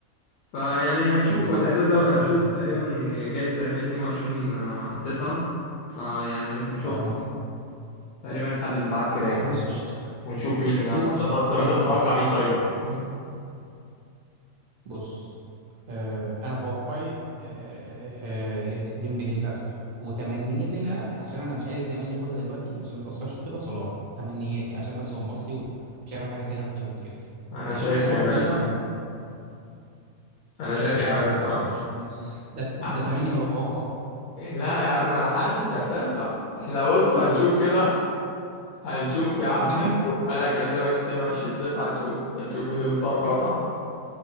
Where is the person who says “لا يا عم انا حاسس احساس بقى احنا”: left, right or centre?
Left